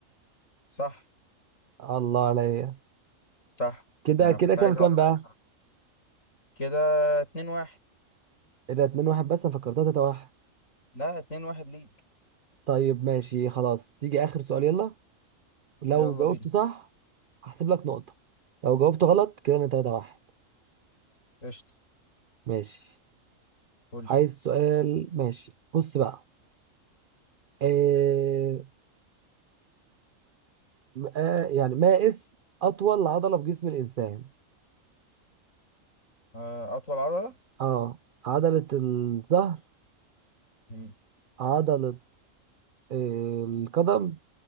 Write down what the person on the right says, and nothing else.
الله عليا
كده
كده
كام
كام
بقى
إيه ده اتنين واحد بس انا فكرتها تلاته واحد
طيب ماشي خلاص تيجي اخر سؤال يلا لو
جاوبت
صح هحسب لك نقطة لو جاوبت غلط كده انا تلاته واحد
ماشي
عايز سؤال ماشي بص بقى إيه... آه يعني ما اسم اطول عضلة في جسم الانسان
اه عضلة الظهر
عضلة آه، القدم